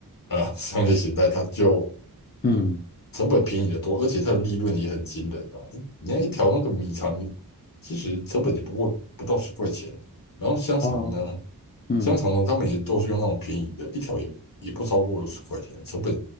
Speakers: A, on the left; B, on the left.
A: 呃 <laughs> 商业形态，它就
B: 嗯
A: 成本便宜的多，而且它的利润也很惊人啊！你看一条那个米肠，其实成本也不过不到十块钱，然后香肠呢，
B: 哦，嗯，
A: 香肠呢，他们也都是用那种便宜的，一条也也不超过十块钱，成本